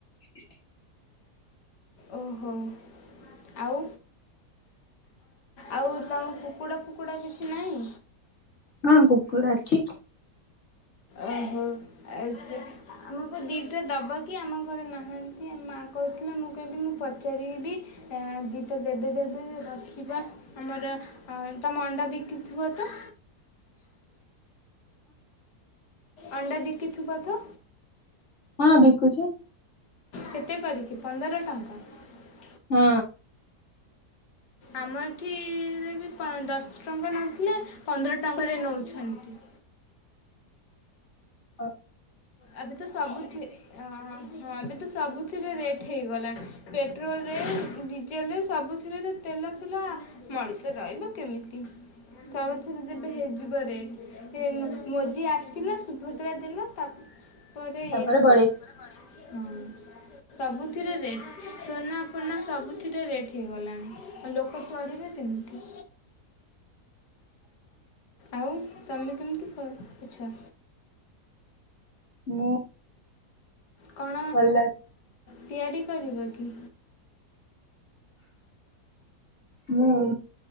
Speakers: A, on the left; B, on the left.
A: <inaudible>
B: ଓହୋଃ, ଆଉ ଆଉ ତମ କୁକୁଡ଼ା ଫୁ କୁଡା କିଛି ନାଇଁ
A: ହଁ କୁକୁଡ଼ା ଅଛି
B: ଓହୋଃ। ଆଚା ଆମକୁ ଦିଟା ଦବ କି ଆମ ଘରେ ନାହାନ୍ତି ଆମ ମାଆ କହୁଥିଲା ମୁଁ କହିବି ମୁଁ ପଚାରିବି ଦିଟା ଦେବେ ଦେବେ ରଖିବା ଆମର ତମ ଅଣ୍ଡା ବିକିଥିବ ତ? ଅଣ୍ଡା ବିକିଥିବ ତ?
A: ହଁ ବିକୁଛି
B: କେତେ କରିକି ପନ୍ଦର ଟଙ୍କ୍? <inaudible>
A: ହଁ।
B: ଆମ ଏଠିଇଇ ରେ ବି ଦଶ ଟଙ୍କା ନଥିଲା ପନ୍ଦର ଟଙ୍କାରେ ନଉଛନ୍ତି।
A: ହ।
B: ଏବେ ତ ସବୁଥି ଆଁ ଆଁ ଆଁ ହଁ ଏବେ ତ ସବୁଥିରେ ରେଟ୍ ହେଇଗଲାଣି, ପେଟ୍ରୋଲରେ ଡିଜେଲରେ ସବୁଥିରେ ତେଲଫିଲ ମଣିଷ ରହିବ କେମିତି ସବୁଥିରେ ଯେବେ ହେଇଯିବ ରେଟ୍, ମୋଦି ଆସିଲା ସୁଭଦ୍ରା ଦିନ ତା- ପରେ
A: ତାପରେ
B: ଇଏ ହେଲା।
A: ବଳେଇବି
B: ହଁ ସବୁ ଥିରେ ରେ ଦେଖୁନ ସବୁଥିରେ ରେଟ୍ ହେଇଗଲାଣି ଆଉ ଲୋକ ଚଳିବେ କେମିତି? ଆଉ ତମେ କେମିତି କ କରୁଛ?
A: ମୁଁ
B: କଣ
A: ଭଲ।
B: ତିଆରି କରିବ କି?
A: ମୁଁ